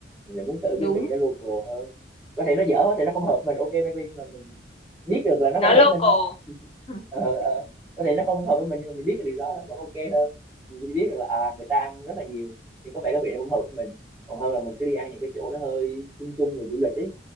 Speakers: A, in the centre; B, on the left (about 30°).
A: mình lại muốn thử
B: đúng
A: cái vị nó local hơn có thể nó dở thì nó không hợp mình ok maybe nhưng mà mình biết được là nó
B: nó
A: không hợp
B: local
A: với mình thôi
B: Ừ.
A: ờ, ờ. có thể nó không hợp với mình nhưng mà mình biết cái điều đó nó vẫn ok hơn mình biết được là à người ta ăn rất là nhiều nhưng có vẻ cái vị nó không hợp với mình còn hơn là mình cứ đi ăn những cái chỗ nó hơi chung chung rồi du lịch ấy